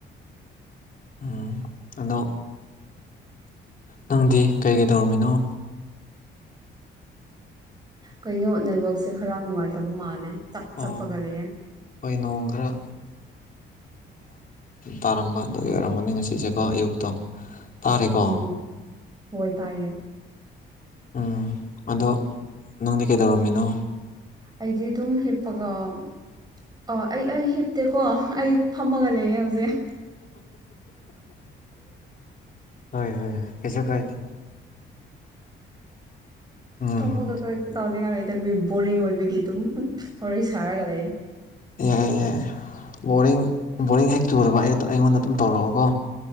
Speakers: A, on the left; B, on the right.
A: ꯎꯝ ꯑꯗ ꯅꯪꯗꯤ ꯀꯩꯀꯩ ꯇꯧꯔꯝꯃꯤꯅꯣ
B: ꯀꯩꯅꯣ ꯅꯩꯋꯥꯛꯁꯦ ꯈꯔ ꯅꯨꯡꯉꯥꯏꯇꯕ ꯃꯥꯜꯂꯦ ꯆꯞ ꯆꯄꯒ
A: ꯑꯣ
B: ꯂꯩꯌꯦ
A: ꯍꯣꯏ ꯅꯣꯡ ꯈꯔ ꯇꯥꯔꯝꯕ ꯑꯗꯨ ꯑꯣꯏꯔꯝꯒꯅꯤ ꯉꯁꯤꯁꯦꯀꯣ ꯑꯌꯨꯛꯇꯣ ꯇꯥꯔꯦꯀꯣ
B: ꯎꯝ ꯍꯣꯏ ꯇꯥꯏꯌꯦ
A: ꯎꯝ ꯑꯗꯣ ꯅꯪꯗꯤ ꯀꯩꯗꯧꯔꯝꯃꯤꯅꯣ
B: ꯑꯩꯗꯤ ꯑꯗꯨꯝ ꯍꯦꯞꯒ ꯑꯣ ꯑꯩ ꯑꯩ ꯍꯤꯞꯇꯦꯀꯣ ꯑꯩ ꯐꯝꯃꯒ ꯂꯩꯒꯦ ꯍꯧꯖꯤꯛ
A: ꯍ ꯍ ꯀꯁꯨ ꯀꯥꯏꯗꯤ ꯎꯝ
B: ꯍ ꯃꯒ ꯀꯁ ꯆꯥꯎꯗꯤ ꯉꯥꯏ ꯈꯤꯪꯗꯤ ꯕꯣꯔꯤꯡ ꯑꯣꯏꯕꯒꯤ ꯑꯗꯨꯝ ꯋꯥꯔꯤ ꯁꯥꯔꯒ ꯂꯩꯌꯦ
A: ꯌꯥꯏ ꯌꯥꯏ ꯕꯣꯔꯤꯡ ꯕꯣꯔꯤꯡ ꯍꯦꯛ ꯆꯨꯔꯕ ꯑꯩ ꯑꯗꯣ ꯑꯩꯉꯣꯟꯗ ꯑꯗꯨꯝ ꯇꯧꯔꯛꯑꯣꯀꯣ